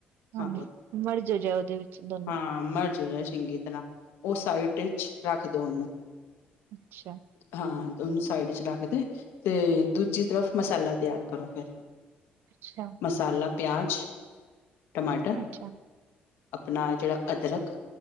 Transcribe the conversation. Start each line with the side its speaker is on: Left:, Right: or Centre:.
Right: ਹਾਂਜੀ।
Left: ਹਾਂ ਪੁੱਤ,
Right: ਮਰਜ ਹੋ ਜਾਏ ਉਹਦੇ ਵਿੱਚ ਦੋਨੋ,
Left: ਹਾਂ ਮਰਜ਼ ਹੋ ਜਾਏ ਚੰਗੀ ਤਰ੍ਹਾਂ ਉਹ ਸਾਈਡ ਵਿੱਚ ਰੱਖ ਦੋ ਉਹਨੂੰ
Right: ਅੱਛਾ।
Left: ਹਾਂ। ਉਹਨੂੰ ਸਾਈਡ ਚ ਰੱਖ ਦੇ। ਤੇ ਦੂਜੀ ਤਰਫ ਮਸਾਲਾ ਤਿਆਰ ਕਰੋ ਫਿਰ।
Right: ਅੱਛਾ।
Left: ਮਸਾਲਾ ਪਿਆਜ਼। ਟਮਾਟਰ,
Right: ਅੱਛਾ,
Left: ਆਪਣਾ ਜੇੜਾ ਅਦਰਕ।